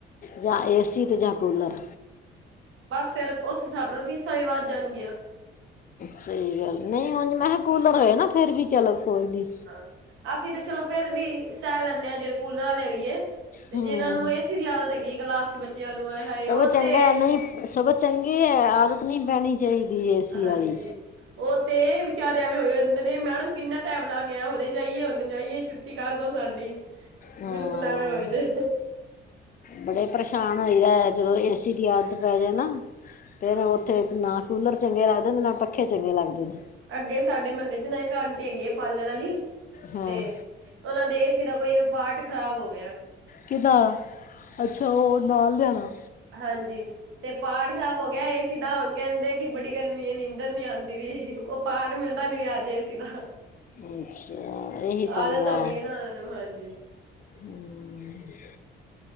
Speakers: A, on the left; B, on the right.
A: ਜਾਂ ਏ-ਸੀ ਤੇ ਜਾਂ ਕੂਲਰ
B: ਬਸ ਫਿਰ ਉਸ ਹਿਸਾਬ ਨਾਲ ਫੀਸਾੰ ਵੀ ਵੱਧ ਜਾਣਗੀਆਂ
A: ਸਹੀ ਗੱਲ ਏ, ਨਹੀਂ ਉਝ ਮੈਂ ਕਿਹਾ ਕੂਲਰ ਹੋਏ ਨਾ ਫੇਰ ਵੀ ਚੱਲੋ ਕੋਈ ਨੀ
B: ਹਾਂ, ਅਸੀਂ ਤੇ ਚਲੋ ਫੇਰ ਵੀ ਸਹਿ ਲੈਂਨੇ ਹਾਂ ਜਿਹੜੇ ਕੂਲਰ ਵਾਲੇ ਹੋਈਏ ਤੇ
A: ਹੂੰ
B: ਜਿਨਾਂ ਨੂੰ ਏ-ਸੀ ਦੀ ਆਦਤ ਹੈਗੀ ਕਲਾਸ ਚ ਬੱਚਿਆਂ ਨੂੰ ਔਏ ਹਾਏ
A: ਸਗੋਂ
B: ਉਹ
A: ਚੰਗਾ
B: ਤੇ
A: ਹੈ, ਨਹੀਂ ਸਗੋਂ ਚੰਗੀ ਏ, ਆਦਤ ਨਹੀਂ ਪੈਣੀ ਚਾਹੀਦੀ ਏ-ਸੀ
B: ਹਾਂਜੀ।
A: ਵਾਲੀ
B: ਉਹ ਤੇ ਵਿਚਾਰੇ ਏਵੇਂ ਹੋਏ ਹੁੰਦੇ ਨੇ ਮੈਡਮ ਕਿੰਨਾ ਟਾਈਮ ਲੱਗ ਗਿਆ ਹੁਣੇ ਜਾਈਏ ਹੁਣੇ ਜਾਈਏ ਛੂਟੀ ਕਰਦੋ ਸਾਡੀ
A: ਹਾਂ
B: ਬਿਲਕੁਲ ਐਵੇਂ ਹੋਏ ਦੇ
A: ਬੜੇ ਪਰੇਸ਼ਾਨ ਹੋਈ ਦਾ ਐ, ਜਦੋਂ ਏਸੀ ਦੀ ਆਦਤ ਪੈ ਜਾਏ ਨਾ ਫਿਰ
B: ਹਾਂਜੀ।
A: ਉੱਥੇ ਨਾ ਕੂਲਰ ਚੰਗੇ ਲੱਗਦੇ ਨੇ, ਨਾ ਪੱਖੇ ਚੰਗੇ ਲੱਗਦੇ ਨੇ
B: ਅੱਗੇ ਸਾਡੇ ਮਹੱਲੇ ਚ ਨਾ ਇੱਕ ਆਂਟੀ ਹੈਗੀ ਆ ਪਾਰਲਰ ਵਾਲੀ,
A: ਹਾਂ
B: ਤੇ ਉਹਨਾ ਦੇ ਏਸੀ ਦਾ ਕੋਈ ਇੱਕ ਪਾਰਟ ਖ਼ਰਾਬ ਹੋ ਗਿਆ।
A: ਕਿਹਦਾ, ਅੱਛਾ ਉਹ ਨਾਲ ਦੇ ਆ ਦਾ।
B: ਹਾਂਜੀ, ਤੇ ਪਾਰਟ ਖ਼ਰਾਬ ਹੋ ਗਿਆ ਏਸੀ ਦਾ ਹੁਣ ਕਹਿੰਦੇ ਕਿ ਬੜੀ ਗਰਮੀ ਹੈ ਨੀਦਂਰ ਨੀ ਆਉਂਦੀ ਵੀ, ਉਹ ਪਾਰਟ ਮਿਲਦਾ ਨੀ ਆਜੇ ਏਸੀ ਦਾ।
A: ਅੱਛਾ, ਇਹੀ ਪੰੰਗਾ
B: ਆਦਤ ਹੋ ਗਈ
A: ਹੈ।
B: ਨਾ ਉਹਨਾਂ ਨੂੰ ਹਾਂਜੀ
A: ਹੂੰ